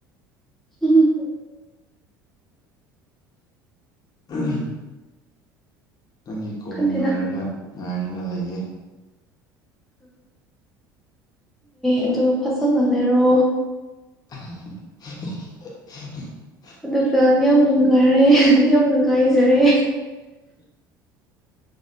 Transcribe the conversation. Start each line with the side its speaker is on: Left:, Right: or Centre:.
Centre: ꯎꯝ
Left: ꯎꯝ ꯅꯪꯒꯤ ꯀꯣꯜ
Centre: ꯈꯟꯗꯦꯗ
Left: ꯉꯥꯏꯔꯒ ꯉꯥꯏꯔꯒ ꯂꯩꯌꯦꯦ
Centre: ꯑꯗꯨ ꯐꯖꯅ ꯂꯩꯔꯣ
Left: <inaudible>
Centre: ꯑꯗꯨꯒ ꯌꯥꯝ ꯅꯨꯡꯉꯥꯏꯔꯦ ꯑꯗꯨ ꯌꯥꯝ ꯅꯨꯡꯉꯥꯏꯖꯔꯦ